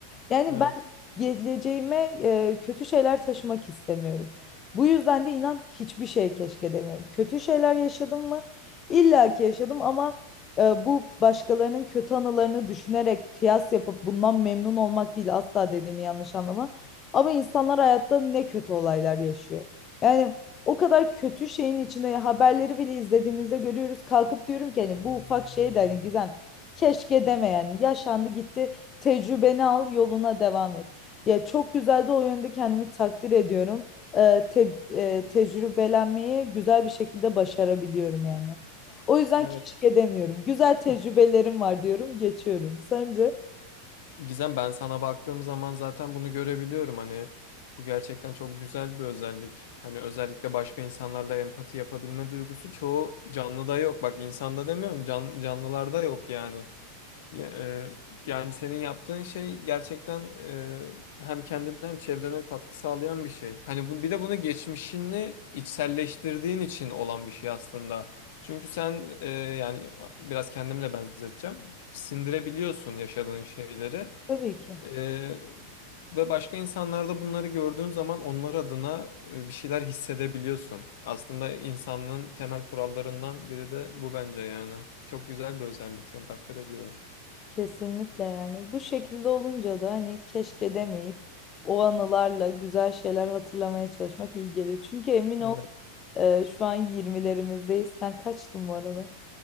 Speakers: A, on the left (about 25°); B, on the left (about 55°).
A: Yani
B: Evet.
A: ben geleceğime e, kötü şeyler taşımak istemiyorum. Bu yüzden de inan hiçbir şey keşke demiyorum. Kötü şeyler yaşadım mı? İlla ki yaşadım ama e, bu başkalarının kötü anılarını düşünerek kıyas yapıp bundan memnun olmak değil asla dediğimi yanlış anlama. Ama insanlar hayatta ne kötü olaylar yaşıyor. Yani o kadar kötü şeyin içine haberleri bile izlediğimizde görüyoruz. Kalkıp diyorum ki hani bu ufak şey de hani Gizem keşke deme yani yaşandı gitti. Tecrübeni al, yoluna devam et. Ya çok güzel de o yönde kendimi takdir ediyorum. Ee, te- e, tecrübelenmeyi güzel bir şekilde başarabiliyorum yani. O yüzden
B: Evet.
A: keşke demiyorum. Güzel tecrübelerim var diyorum, geçiyorum. Sence?
B: Gizem ben sana baktığım zaman zaten bunu görebiliyorum hani bu gerçekten çok güzel bir özellik. Hani özellikle başka insanlarla empati yapabilme duygusu çoğu canlıda yok. Bak insanda demiyorum can, canlılarda yok yani. Ya- e, yani senin yaptığın şey gerçekten e, hem kendine hem çevrene katkı sağlayan bir şey. Hani bu, bir de bunu geçmişini içselleştirdiğin için olan bir şey aslında. Çünkü sen e, yani biraz kendimle benzeteceğim. Sindirebiliyorsun yaşadığın şeyleri.
A: Tabii ki.
B: Ee, ve başka insanlarda bunları gördüğün zaman onlar adına e, bir şeyler hissedebiliyorsun. Aslında insanlığın temel kurallarından biri de bu bence yani. Çok güzel bir özellik. Seni takdir ediyorum.
A: Kesinlikle yani. Bu şekilde olunca da hani keşke demeyip o anılarla güzel şeyler hatırlamaya çalışmak iyi geliyor. Çünkü emin
B: Evet.
A: ol e, şu an 20'lerimizdeyiz. Sen kaçtın bu arada?